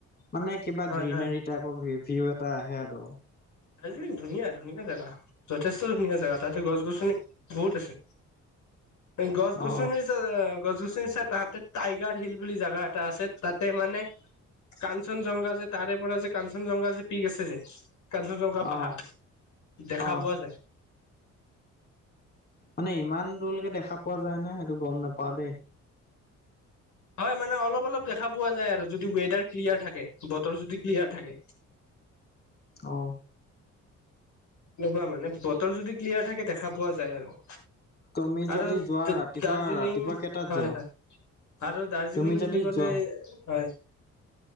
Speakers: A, on the left; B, on the left.
A: মানে কিবা
B: হয়,
A: গ্ৰীনোৰী
B: হয়।
A: টাইপ অ ভিউ এটা আহে আৰু-
B: দাৰ্জিলিং ধুনীয়া ধুনীয়া জাগা। যথেষ্ট ধুনীয়া জেগা তাতে গছ গছনি বহুত আছে গছ গছনিৰ
A: অ
B: গছ গছনিছাই তাহতে টাইগাৰ হিল বুলি জেগা এটা আছে তাত। তে মানে কাঞ্চন জংঘা যে তাৰে পৰা যে কাঞ্চন জংঘা যে পিক আছে যে। কাঞ্চ জংগা পাহাৰ
A: অ
B: দেখা
A: অ
B: পোৱা যায়।
A: মানে ইমান দূৰলৈকে দেখা পোৱা যায় নে, সেইটো গম নাপাও দেই।
B: হয় মানে অলপ অলপ দেখা পোৱা যায় আৰু যদি ৱেডাৰ ক্লিয়াৰ থাকে, বতৰ যদি ক্লিয়াৰ থাকে।
A: অঁ।
B: এনেকুৱা মানে বতৰ যদি ক্লিয়াৰ থাকে, দেখা পোৱা যায় আৰু।
A: তুমি
B: আৰু
A: যদি যোৱা
B: দা-দাৰ্জিলিং
A: ৰাতিপুৱা ৰাতিপুৱা কেইটাত
B: হয়ঁ
A: যোৱা
B: হয়ঁ। আৰু দাৰ্জিলিং
A: তুমি যদি
B: বুলি ক'লে
A: যোৱা
B: হয়।